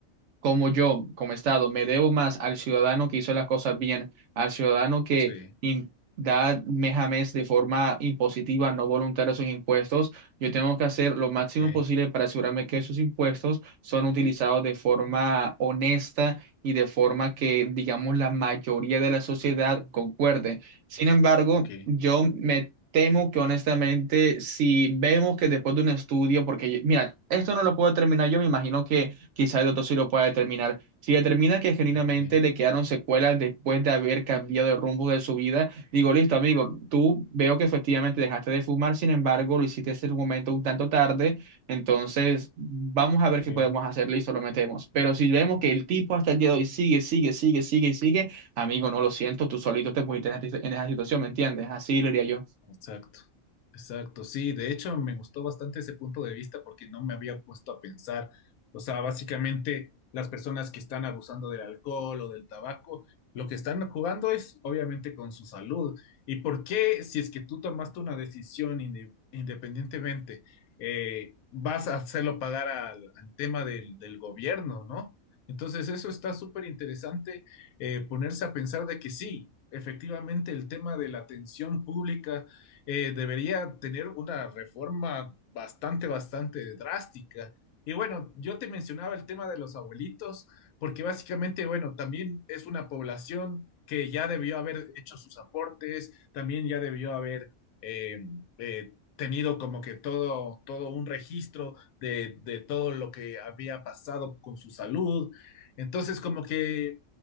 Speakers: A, on the right (about 65°); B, on the left (about 85°).
A: como yo, como Estado, me debo más al ciudadano que hizo las cosas bien, al ciudadano que
B: sí.
A: in- da mes a mes de forma impositiva, no voluntaria sus impuestos, yo tengo que hacer lo máximo
B: Ok,
A: posible para asegurarme que esos impuestos son utilizados de forma honesta y de forma que, digamos, la mayoría de la sociedad concuerde. Sin embargo,
B: ok,
A: yo me... Temo que honestamente, si vemos que después de un estudio, porque yo- mira, esto no lo puedo terminar yo, me imagino que quizá el doctor sí lo pueda determinar. Si determina que genuinamente
B: ok,
A: le quedaron secuelas después de haber cambiado el rumbo de su vida, digo, listo, amigo, tú veo que efectivamente dejaste de fumar, sin embargo, lo hiciste en un momento un tanto tarde, entonces vamos a ver qué
B: ok.
A: podemos hacer, listo, lo metemos. Pero si vemos que el tipo hasta el día de hoy sigue, sigue, sigue, sigue y sigue, amigo, no lo siento, tú solito te pusiste en esa en esa situación, ¿me entiendes? Así lo diría yo.
B: Exacto, exacto, sí, de hecho me gustó bastante ese punto de vista porque no me había puesto a pensar, o sea, básicamente las personas que están abusando del alcohol o del tabaco, lo que están jugando es obviamente con su salud. ¿Y por qué si es que tú tomaste una decisión inde- independientemente, eh, vas a hacerlo pagar al, al tema del, del gobierno, ¿no? Entonces eso está súper interesante, eh, ponerse a pensar de que sí, efectivamente el tema de la atención pública eh, debería tener una reforma bastante, bastante drástica. Y bueno, yo te mencionaba el tema de los abuelitos, porque básicamente, bueno, también es una población que ya debió haber hecho sus aportes, también ya debió haber eh, eh, tenido como que todo, todo un registro de, de todo lo que había pasado con su salud. Entonces, como que